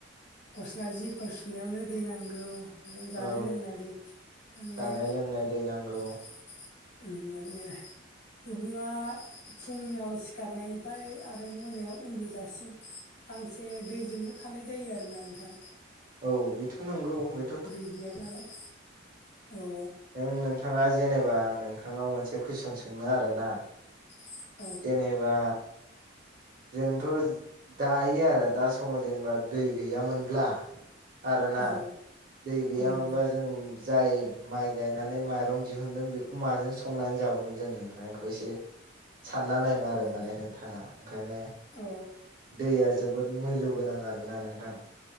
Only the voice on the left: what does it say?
गस्ला जिफोर सुनायावनो दै नांगौ जानाय
लोंनाय दै माने
<inaudible> उम माने सुबुङा फुुङाव सिखार नायनिफ्राय आरो मोनायाव उन्दुजासिम सानसे दैजोंनो थानाय जायो आरोना नोंथां।
दै गैया नालाय औ।
<inaudible>
औ
ओं
ओं
औ